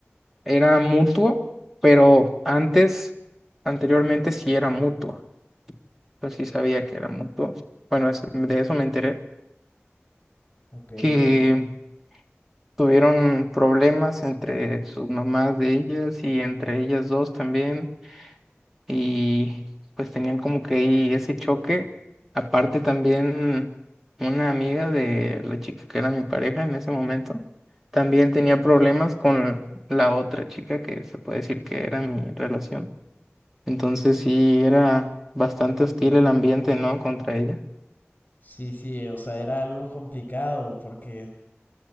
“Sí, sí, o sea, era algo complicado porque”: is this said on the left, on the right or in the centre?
Left